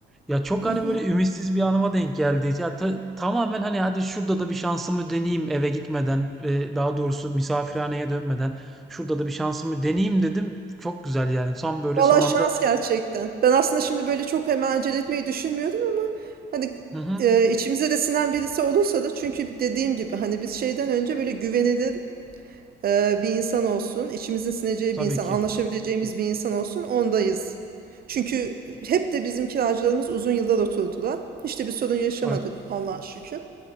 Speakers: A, in the centre; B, on the right.
A: Ya çok
B: Mhm.
A: hani böyle ümitsiz bir anıma denk geldi. Ya ta- tamamen hani hadi şurada da bir şansımı deneyeyim eve gitmeden ve daha doğrusu misafirhaneye dönmeden şurada da bir şansımı deneyeyim dedim. Çok güzel yani son böyle
B: Valla
A: son
B: şans
A: anda
B: gerçekten. Ben aslında şimdi böyle çok hemen acele etmeyi düşünmüyordum ama hani
A: hı hı,
B: e, içimize de sinen birisi olursa da çünkü dediğim gibi hani biz şeyden önce böyle güvenilir e, bir insan olsun, içimizin sineceği
A: tabii
B: bir insan,
A: ki.
B: anlaşabileceğimiz bir insan olsun ondayız. Çünkü hep de bizim kiracılarımız uzun yıllar oturdular. Hiç de bir sorun yaşamadık
A: Ay,
B: Allah'a şükür.